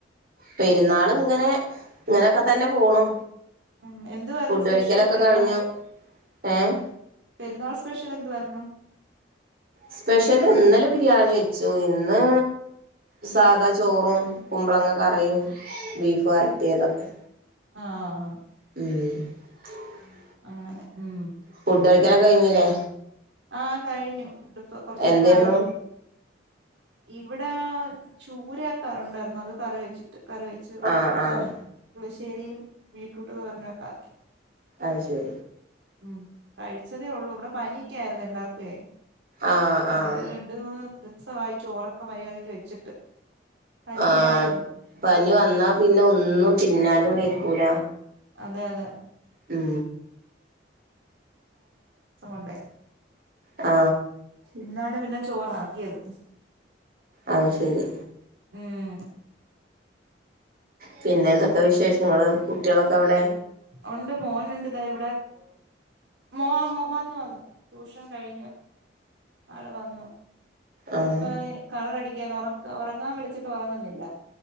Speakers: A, on the right; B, on the right.
A: പെരുന്നാൾ ഇങ്ങനെ ഇങ്ങനൊക്കെ തന്നെ പോണു
B: മ് എന്തുവാരുന്നു
A: ഫുഡ്
B: സ്പെഷ്യൽ
A: കഴിക്കലൊക്കെ
B: പെരുന്നാൾ
A: കഴിഞ്ഞു ഏഹ്
B: പെരുന്നാൾ സ്പെഷ്യൽ എന്തുവാരുന്നു
A: സ്പെഷ്യല് ഇന്നലെ ബിരിയാണി വെച്ചു ഇന്ന് സാദാ ചോറും കുമ്പളങ്ങ കറിയും ബീഫ് വരട്ടിയതൊക്കെ
B: ആ ആ
A: ഉം
B: അങ്ങനെ ഉം
A: ഫുഡ് അടിക്കലൊക്കെ കഴിഞ്ഞില്ലേ
B: ആ കഴിഞ്ഞു ഫുഡ് ഇപ്പൊ കൊറച്ചു
A: എന്തേന്നു
B: നേരം ആയുള്ളു ഇവിടെ ചൂര ക ഉണ്ടായിരുന്നു അത് കറി വെച്ചു കറി വെച്ചു
A: ആഹ്
B: പിന്നെ
A: ആഹ്
B: പുളിശേരിയും ബീറ്റ്റൂട്ട്തോരനുമൊക്കെ ആക്കി
A: അയ് ശരി
B: ഉം കഴിച്ചതേ ഉള്ളൂ ഇവിടെ പനിയൊക്കെ ആയിരുന്നു എല്ലാർക്കുവേ
A: ആഹ്
B: അതുകൊണ്ട്‌
A: ആഹ്
B: രണ്ട് ദിവസം ആയി ചോറൊക്കെ മര്യാദക്ക് വെച്ചിട്ട് കഞ്ഞിയായിരുന്നു
A: ആ പനി വന്നാ പിന്നെ ഒന്നും തിന്നാനും വയ്യ കൂല
B: അതെ അതെ
A: മ്
B: ണ്ടെ
A: ആ
B: ഇന്നാണ് പിന്നെ ചോറാക്കിയത്
A: അത് ശരി
B: ഉം
A: പിന്നെ എന്തൊക്കെ വിശേഷങ്ങള് കുട്ടികളൊക്കെ ഇവിടെ
B: ഉണ്ട് മോനുണ്ട് ഇതാ ഇവിടെ മോ മോ വന്ന് വന്ന് ട്യൂഷൻ കഴിഞ്ഞ് ആള് വന്നു
A: ആഹ്
B: ഇപ്പ കളറടി <unintelligible> ഉറങ്ങാൻ വിളിച്ചിട്ട് ഉറങ്ങുന്നില്ല